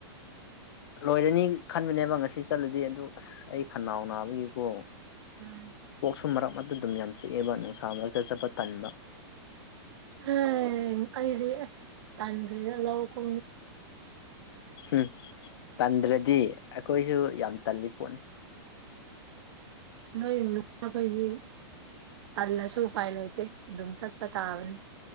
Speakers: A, on the left; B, on the right.
A: ꯂꯣꯏꯔꯅꯤ ꯈꯟꯕꯅꯦꯕ ꯉꯁꯤ ꯆꯠꯂꯗꯤ ꯑꯗꯨ ꯑꯁ ꯑꯩ ꯈꯅꯥꯎ ꯅꯥꯕꯒꯤꯀꯣ
B: ꯎꯝ
A: ꯑꯨꯝ ꯃꯔꯛ ꯑꯃꯛꯇ ꯑꯗꯨꯝ ꯌꯥꯝ ꯆꯤꯛꯑꯦꯕ ꯅꯨꯡꯁꯥ ꯃꯔꯛꯇ ꯆꯠꯄ ꯇꯟꯕ
B: ꯑ ꯑꯩꯗꯤ ꯇꯥꯟ ꯂ ꯀ
A: ꯎꯝ ꯇꯟꯗ꯭ꯔꯗꯤ ꯑꯩꯈꯣꯏꯁꯨ ꯌꯥꯝ ꯇꯜꯂꯤ ꯄꯣꯠꯅꯤ
B: ꯅꯣꯏ ꯅꯨꯄꯥꯒꯩꯒꯤ ꯑꯜꯂꯁꯨ ꯎꯄꯥꯌ ꯂꯩꯇꯦ ꯑꯗꯨꯝ ꯆꯠ ꯇꯥꯑꯅꯤ